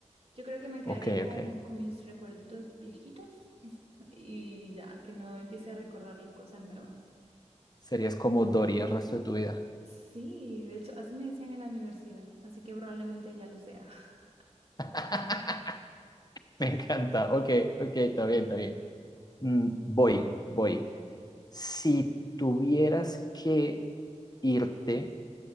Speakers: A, on the right; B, on the left.
A: Yo creo que me quedaría
B: Ok,
A: con,
B: ok.
A: con mis recuerditos viejitos <laughs> y ya, que no empiece a recordar las cosas nuevas.
B: Serías como Dory el resto de tu vida.
A: Sí, de hecho, así me decían en la universidad, así que probablemente ya lo sea. <laughs>
B: <laughs> Me encanta. Ok, ok, está bien, está bien. Mm, voy, voy. Si tuvieras que irte